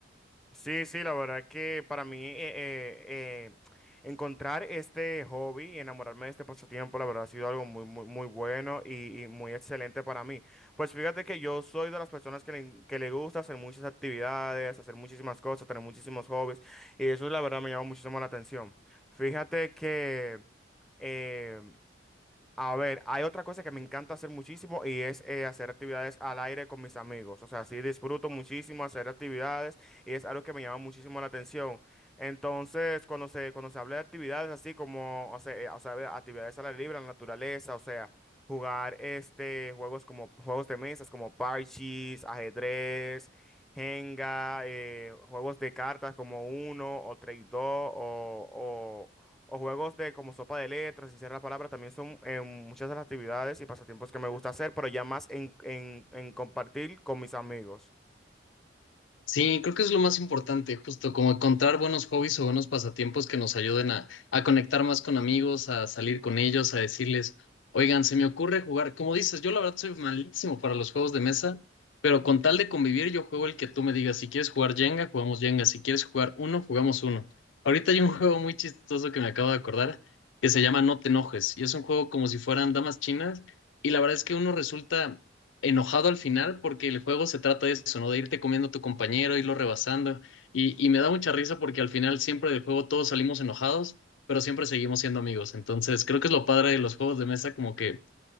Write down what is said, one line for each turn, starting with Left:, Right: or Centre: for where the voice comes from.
Centre: Sí, sí, la verdad que para mí eh, eh, eh, encontrar este hobby y enamorarme de este pasatiempo, la verdad ha sido algo muy, muy, muy bueno y, y muy excelente para mí. Pues fíjate que yo soy de las personas que le, que le gusta hacer muchas actividades, hacer muchísimas cosas, tener muchísimos hobbies y eso la verdad me llama muchísimo la atención. Fíjate que... eh, a ver, hay otra cosa que me encanta hacer muchísimo y es eh, hacer actividades al aire con mis amigos. O sea, sí disfruto muchísimo hacer actividades y es algo que me llama muchísimo la atención. Entonces, cuando se, cuando se habla de actividades así como, o sea, eh, o sea, de actividades al aire libre, en la naturaleza, o sea, jugar este, juegos como juegos de mesas, como parches, ajedrez, Jenga, eh, juegos de cartas como Uno o Trade 2 o, o juegos de como sopa de letras, sin ser la palabra, también son eh, muchas de las actividades y pasatiempos que me gusta hacer, pero ya más en, en en compartir con mis amigos.
Left: Sí, creo que es lo más importante, justo como encontrar buenos hobbies o buenos pasatiempos que nos ayuden a, a conectar más con amigos, a salir con ellos, a decirles, oigan, se me ocurre jugar, como dices, yo la verdad soy malísimo para los juegos de mesa, pero con tal de convivir yo juego el que tú me digas, si quieres jugar Jenga, jugamos Jenga, si quieres jugar uno, jugamos uno. Ahorita hay un <laughs> juego muy chistoso que me acabo de acordar que se llama No te enojes y es un juego como si fueran damas chinas y la verdad es que uno resulta enojado al final porque el juego se trata de eso, ¿no? De irte comiendo a tu compañero, irlo rebasando. Y, y me da mucha risa porque al final siempre del juego todos salimos enojados, pero siempre seguimos siendo amigos. Entonces creo que es lo padre de los juegos de mesa, como que